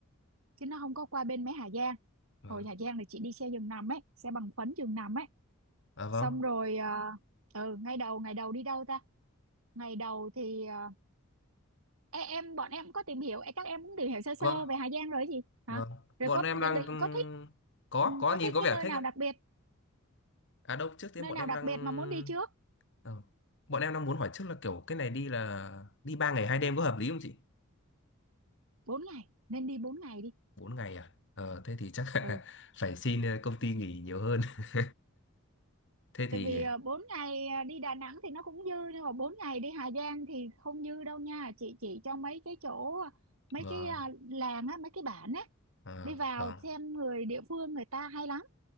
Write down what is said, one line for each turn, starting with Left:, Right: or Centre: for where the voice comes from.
Right: chứ nó không có qua bên mấy Hà Giang
Left: Vâng.
Right: hồi Hà Giang thì chị đi xe giường nằm ấy xe bằng phấn giường nằm ấy
Left: À vâng,
Right: xong rồi ờ, ừ ngày đầu ngày đầu đi đâu ta ngày đầu thì ờ, e- em bọn em có tìm hiểu e, các em cũng tìm hiểu sơ sơ
Left: vâng,
Right: về Hà Giang rồi gì
Left: vâng.
Right: hả rồi
Left: Bọn
Right: có
Left: em đang
Right: định định-
Left: ừ,
Right: có thích
Left: có
Right: ừ,
Left: có
Right: có
Left: nhìn
Right: thích
Left: có
Right: cái
Left: vẻ
Right: nơi
Left: thích
Right: nào
Left: ấy.
Right: đặc biệt
Left: À đâu, trước tiên
Right: nơi
Left: bọn
Right: nào
Left: em
Right: đặc
Left: đang
Right: biệt mà muốn đi trước
Left: ờ, bọn em đang muốn hỏi trước là kiểu cái này đi là đi 3 ngày 2 đêm có hợp lý không chị?
Right: bốn ngày nên đi bốn ngày đi
Left: bốn ngày à? Ờ, thế thì chắc <laughs> là
Right: ừ
Left: phải xin ờ, công ty nghỉ nhiều hơn. <laughs> Thế
Right: tại
Left: thì
Right: vì à, bốn ngày à, đi Đà Nẵng thì nó cũng dư nhưng mà bốn ngày đi Hà Giang thì không dư đâu nha chị chỉ cho mấy cái chỗ mấy
Left: vâng,
Right: cái à, làng á mấy cái bản á
Left: ờ,
Right: đi vào
Left: vâng,
Right: xem người địa phương người ta hay lắm